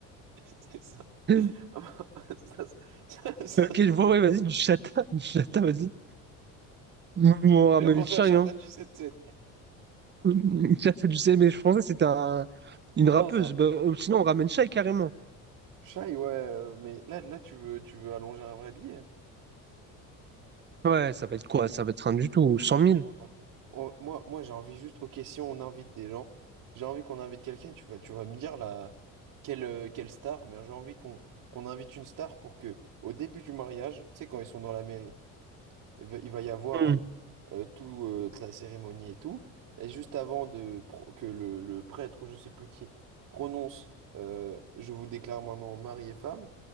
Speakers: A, on the right; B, on the right.
A: C'est ça.
B: <laughs>
A: <laughs> Ça, ça, ça,
B: Ok, je vois, ouais, vas-y, du chata, <laughs> du chata, vas-y. Mouvement ramène
A: j'ai pensé
B: chien
A: à Chantal
B: hein.
A: du 7-7.
B: <laughs> Ça fait du CM, mais je pensais que c'était un... une rappeuse.
A: Non, ça.
B: Bah, euh, sinon, on ramène Shai carrément.
A: Shy, ouais, euh, mais là, là tu veux, tu veux allonger un vrai billet. hein.
B: Ouais, ça va être quoi?
A: Mais pourquoi,
B: Ça va être rien du tout, 100
A: en vrai,
B: 000.
A: pourquoi pas? Oh, moi, moi j'ai envie juste, ok, si on invite des gens, j'ai envie qu'on invite quelqu'un, tu vas, tu vas me dire là, quelle, euh, quelle star, mais j'ai envie qu'on qu'on invite une star pour que, au début du mariage, tu sais, quand ils sont dans la mairie, Il va, il va y avoir
B: Hmm.
A: euh, euh, tout, euh, toute la cérémonie et tout. Et juste avant de pro- que le, le prêtre ou je sais plus qui prononce euh, Je vous déclare maintenant mari et femme,